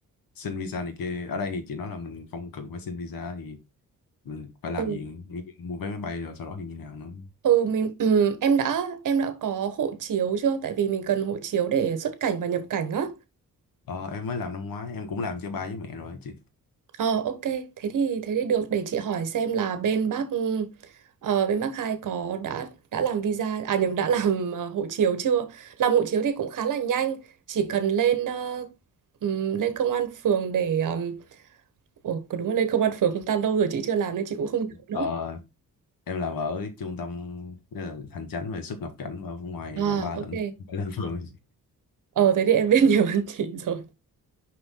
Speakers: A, on the left; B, on the right.
A: xin visa này kia ở đây thì chị nói là mình không cần phải xin visa thì mình phải làm
B: Ừ,
A: gì Như chuyện mua vé máy bay rồi sau đó thì như nào nữa
B: ừ mình ừm, em đã em đã có hộ chiếu chưa? Tại vì mình cần hộ chiếu để xuất cảnh và nhập cảnh á.
A: ờ, em mới làm năm ngoái em cũng làm cho ba với mẹ rồi chị
B: Ờ ok, thế thì thế thì được để chị hỏi xem là bên bác ờ, bên bác hai có đã đã làm visa à nhầm đã làm ờ, hộ chiếu chưa? Làm hộ chiếu thì cũng khá là nhanh, chỉ cần lên ờ, ừm, lên công an phường để ừm, Ủa có đúng là lên công an phường không ta lâu rồi chị chưa làm nên chị cũng không nhớ nữa.
A: ờ, em làm ở trung tâm ờ, hành chánh về xuất nhập cảnh ở ngoài
B: À
A: quận ba
B: ok.
A: lẫn lên phường
B: Ờ thế thì em <laughs> biết nhiều hơn chị rồi.